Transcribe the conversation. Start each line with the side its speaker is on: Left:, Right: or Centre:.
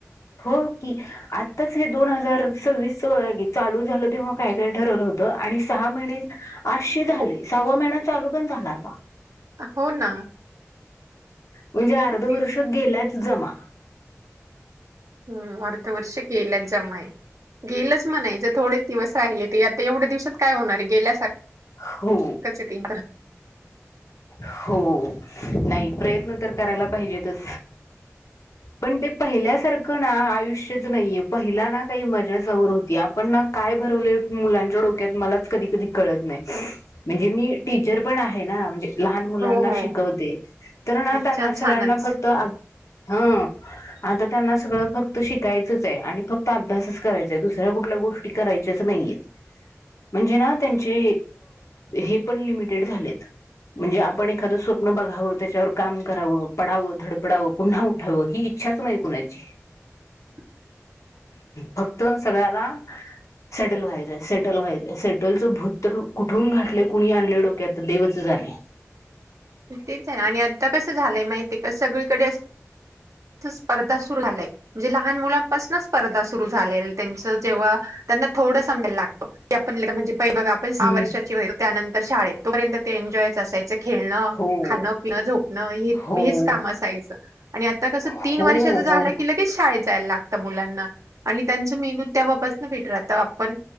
Left: हो की आत्ताच हे दोन हजार सव्वीस च चालू झालं तेव्हा काय काय ठरवलं होतं आणि सहा महिने आठशे झाले
Right: हो
Left: सहावा महिना चालू पण झाला आता
Right: हो ना
Left: म्हणजे अर्ध
Right: दिव
Left: वर्ष गेल्याच जमा
Right: हम् अर्ध वर्ष गेल्यात जमा आहे गेलच म्हणा ज थोडे दिवस राहिले ते आता एवढ्या दिवसात काय होणार गेल्यासारखच
Left: हो
Right: य त
Left: हो नाही प्रयत्न तर करायला पाहिजेतच पण ते पहिल्यासारखं
Right: तेच
Left: ना आयुष पहि ना काही मजा स होती आपण ना काय भरवले मुलांच्या डोक्यात म नाही म्हण मीी पण आहे लहान मुलांना
Right: हो हो
Left: शिकवते तर ना
Right: अच्छा
Left: त्यांना सगळ्यांना
Right: छानच
Left: फक्त हा आता त्यांना सगळं फक्त शिकायचंच आहे आणि फक्त अभ्यासच करायचां आहे दुसऱ्या कुठल्या गोष्टी करायच्या शसमयत म्हणजे ना त्यांचे हे पण लिमिटेड झाले म्हणजे आपण एखादं स्वप्न बघावं त्याच्यावर काम करावं पडावं धडपडावं पुन्हा उठावं ही इच्छा मा कणाची
Right: ह
Left: फक्त सगळ्याला सेटल व्हायचंय सेटल व्हायचंय सेटलचं भूत कुठून घाटले कुणी आणले डोके आ देवच जाणे
Right: तेच आहे आणि आता कसं झालंय माहिती आहे का सगळीकडे स्पर्धा सुर झा म्हणजे लहान मुलांपासूनच स्पर्धा सुरु झाले त्यांच जेव्हा थोडम लागतो आपज. काही बघा आपण सहा
Left: हम्म
Right: वर्षाचीो त्यानंतर शाळेत तोपर्यंत ते एन्जॉयच असायच. खेळणं
Left: हो
Right: खाणं पिणं झोपणं हे
Left: हो
Right: हेच काम असायचं आणि आ. कस तीन
Left: हो
Right: वर्षा झा
Left: हो
Right: के ये चायला लागत मुलांना आणि त्यांच मेंदूत तेव्हा पासन फिट राहत आपण